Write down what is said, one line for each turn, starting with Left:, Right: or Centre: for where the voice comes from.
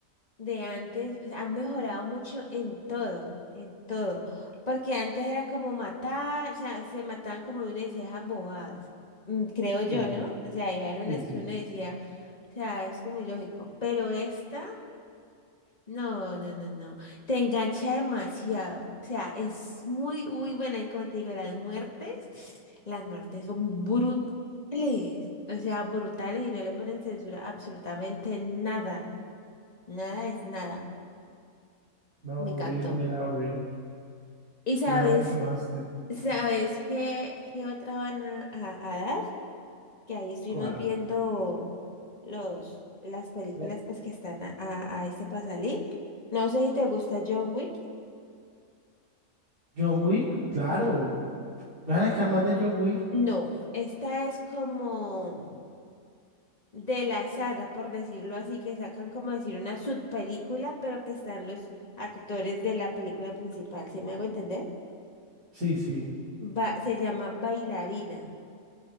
Left: de antes. o sea, Han mejorado mucho en todo, en todo. Porque antes era como matar, o sea, se mataban como uno decía esas bobadas. Mm, Creo yo,
Right: Sí,
Left: ¿no? O sea, eran unas
Right: sí, sí.
Left: que uno decía, o sea, es como ilógico. Pero esta. No, no, no, no. Te engancha demasiado. O sea, es muy, muy buena. Y como te digo, las muertes, las muertes son brutales. O sea, brutales y no le ponen censura a absolutamente nada. Nada es nada.
Right: No,
Left: Me encantó.
Right: voy a irme a ver,
Left: Y sabes,
Right: ya me antojaste.
Left: ¿sabes qué, qué otra van a, a- a dar? Que ahí estuvimos
Right: ¿Cuál?
Left: viendo los, las películas
Right: Eh,
Left: pues, que están a, a, a este pasalí. No sé si te gusta John Wick.
Right: John Wick, claro. ¿Van a sacar más de John Wick?
Left: No, esta es como de la saga, por decirlo así, que sacan como decir una subpelícula, pero que están los actores de la película principal, ¿Sí me hago entender?
Right: Sí, sí.
Left: Va, se llama Bailarina.